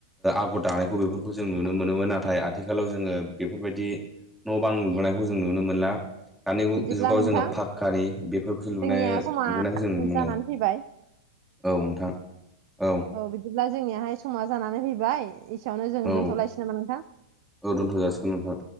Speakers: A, in the centre; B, on the right.
A: आगर दानायखौ बेफोरखौ जों नुनो। नुनो मोनोमोन नाथाय आथिखालाव जोङो बेफोरबायदि न' बां लुबोनायखौ जों नुनो मोनला। दानि
B: बिदिब्ला
A: जुगाव
B: नोंथां
A: जोंङो फाखकानि बेफोरखौसो
B: जोंनिया
A: लुनाय
B: समा
A: लुनायखौ जों नुनो
B: जानानै
A: मोनो।
B: फैबाय
A: औ नोंथां औ।
B: औ बिदिब्ला जोंनियाहाय समा जानानै फैबाय एसेयावनो जों
A: औ
B: दोनथ'लायसै नामा नोंथां?
A: औ दोनथ' जासिगोन नोंथां।